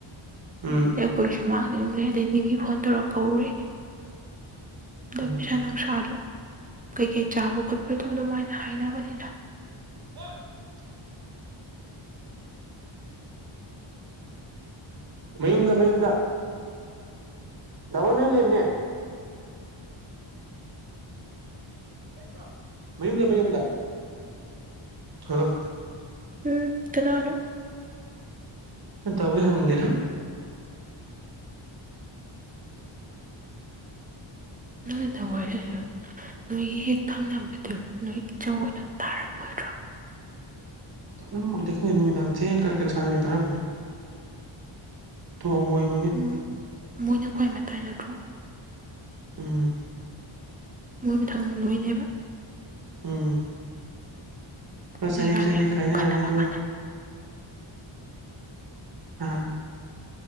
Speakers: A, on the right; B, on the right.
A: ꯎꯝ
B: ꯑꯩꯈꯣꯏ ꯁꯨꯃꯥꯡꯗꯕꯅꯦ ꯑꯗꯩ ꯃꯤꯃꯤ ꯐꯣꯟ ꯇꯧꯔꯒ ꯀꯧꯔꯦ ꯑꯗꯣ
A: ꯎꯝ
B: ꯄꯩꯁꯥ ꯅꯨꯡꯁꯥꯗꯣ ꯀꯩꯀꯩ ꯆꯥꯕ ꯈꯣꯠꯄꯗꯣ ꯑꯗꯨꯃꯥꯏꯅ ꯍꯥꯏꯅꯕꯅꯤꯗ
A: <unintelligible> ꯃꯌꯨꯝꯗ ꯃꯌꯨꯝꯗ ꯗꯥꯕꯣꯏ ꯃꯌꯨꯝ ꯂꯩꯕꯅꯦ꯫ ꯭ꯔ ꯃꯌꯨꯝꯗ ꯃꯌꯨꯝꯗ <unintelligible>
B: ꯎꯝ ꯀꯩꯅꯅꯣ
A: ꯇꯥꯕꯩ ꯍꯪꯕꯅꯤꯗ <inaudible>
B: <unintelligible> ꯅꯣꯏꯒꯤ ꯍꯦꯛ ꯊꯪꯅꯕꯗꯨ ꯅꯣꯏ ꯏꯆꯧ ꯑꯣꯏꯅ ꯇꯥꯔꯄꯣꯏꯔꯣ
A: ꯇꯥꯔꯃꯣꯏꯗꯤ ꯑꯩꯈꯣꯏ ꯅꯨꯃꯤꯗꯥꯡ ꯊꯦꯡꯅ ꯀꯔꯤ ꯀꯔꯤ ꯁꯥꯟꯅ ꯇꯥꯔꯝꯒꯅꯤ <unintelligible>
B: <unintelligible>
A: ꯎꯝ
B: ꯃꯣꯏꯕꯨ ꯊꯥꯡ ꯅꯨꯍꯏꯅꯦꯕ
A: ꯎꯝ ꯂꯨꯄꯥ ꯆꯅꯤ
B: ꯅꯪ ꯏꯕꯥꯅꯤ
A: ꯆꯅꯤ
B: ꯑꯃꯨꯛ
A: ꯈꯥꯏꯅꯔꯅꯤ
B: ꯈꯠꯅꯕ
A: ꯑꯗꯣ
B: ꯀꯥꯟꯗ
A: ꯑꯥ